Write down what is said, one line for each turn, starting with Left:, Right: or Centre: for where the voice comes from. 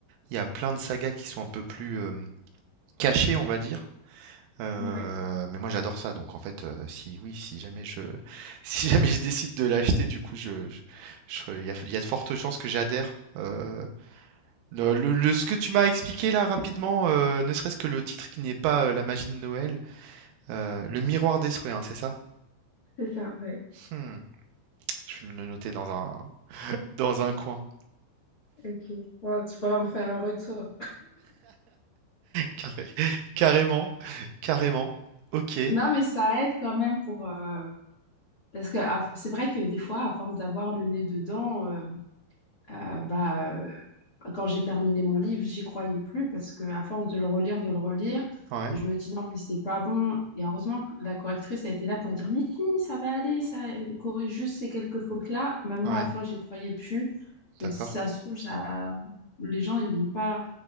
Right: il y a plein de sagas qui sont un peu plus euh, cachées, on va dire. Euh,
Left: Ouais,
Right: mais moi, j'adore ça. Donc, en fait, euh, si, oui, si jamais je, <laughs> si jamais je décide de l'acheter, du coup, je, je- je- il y a, il y a de fortes chances que j'adhère. Euh, le, le- le- ce que tu m'as expliqué là rapidement, euh, ne serait-ce que le titre qui n'est pas euh, La magie de Noël, euh, Le miroir des souhaits, hein, c'est ça?
Left: c'est ça, ouais.
Right: Hmm, Je vais le noter dans un, dans un coin.
Left: Ok. Bon, tu pourras me faire un retour.
Right: Carré- <laughs> Carrément, carrément. Ok,
Left: Non, mais ça aide quand même pour... euh, parce que à- c'est vrai que des fois, à force d'avoir le nez dedans, euh, euh, bah, euh, quand j'ai terminé mon livre, j'y croyais plus parce que à force de le relire, de le relire,
Right: ouais,
Left: et je me dis non, mais c'est pas bon. Et heureusement que la correctrice a été là pour dire, mais si, ça va aller, ça euh, corrige juste ces quelques fautes-là. Même moi,
Right: ouais,
Left: à la fin, j'y croyais plus. Je
Right: d'accord,
Left: me dis, si ça se trouve, ça... les gens, ils vont pas...